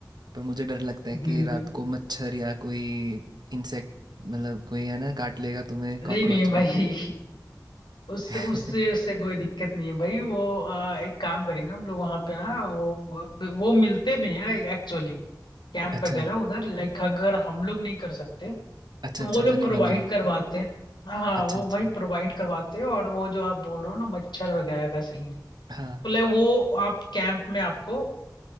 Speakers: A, on the right (about 70°); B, on the left (about 85°).
A: पर मुझे डर लगता है
B: नहीं
A: कि रात को मच्छर या कोई इंसेक्ट मतलब कोई है ना काट लेगा तुम्हें
B: नहीं
A: कॉकरोच
B: भाई
A: कुछ
B: उससे
A: <laughs>
B: उससे उससे कोई दिक्कत नहीं है भाई वो आ, एक काम करेंगे हम लोग वहां पे ना वो वो मिलते भी हैं एक्चुअली कैंप
A: अच्छा
B: वगैरह उधर लाइक अगर हम लोग नहीं कर सकते तो
A: अच्छा अच्छा
B: वो लोग
A: बने
B: प्रोवाइड
A: बनाए
B: करवाते हैं हाँ
A: अच्छा
B: वो
A: अच्छा
B: भाई प्रोवाइड करवाते हैं और वो जो आप बोल रहे हो ना मच्छर वगैरह का सीन
A: हाँ
B: तो like वो आप कैंप में आपको